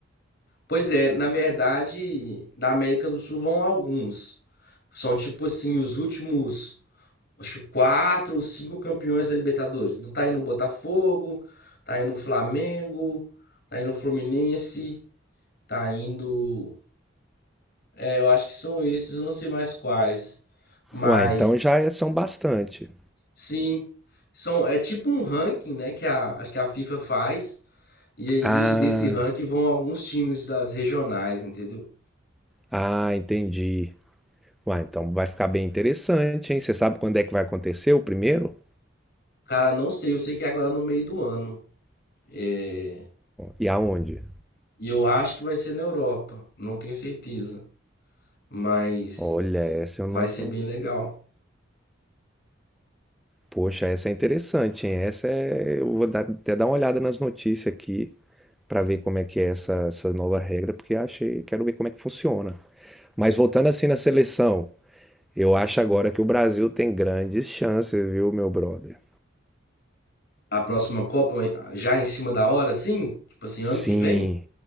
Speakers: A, on the left; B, in the centre.
A: Pois é, na verdade, da América do Sul vão alguns. São tipo assim os últimos acho que quatro ou cinco campeões da Libertadores. Não tá aí no Botafogo, tá aí no Flamengo, tá aí no Fluminense, tá indo. É, eu acho que são esses, eu não sei mais quais. Mas
B: Uai, então já é- são bastante.
A: sim, são é tipo um ranking, né, que a acho que a FIFA faz. E aí
B: Ah,
A: desse ranking vão alguns times das regionais, entendeu?
B: ah, entendi. Uai, então vai ficar bem interessante, hein? Você sabe quando é que vai acontecer o primeiro?
A: Cara, não sei, eu sei que é agora no meio do ano. É,
B: E aonde?
A: e eu acho que vai ser na Europa, não tenho certeza. Mas
B: Olha, essa eu
A: Vai
B: não.
A: ser bem legal.
B: Poxa, essa é interessante, hein? Essa é. Eu vou dar- até dar uma olhada nas notícias aqui para ver como é que é essa, essa nova regra, porque achei. Quero ver como é que funciona. Mas voltando assim na seleção, eu acho agora que o Brasil tem grandes chances, viu, meu brother?
A: A próxima Copa ah, já em cima da hora, sim? Tipo assim,
B: Sim,
A: ano que vem?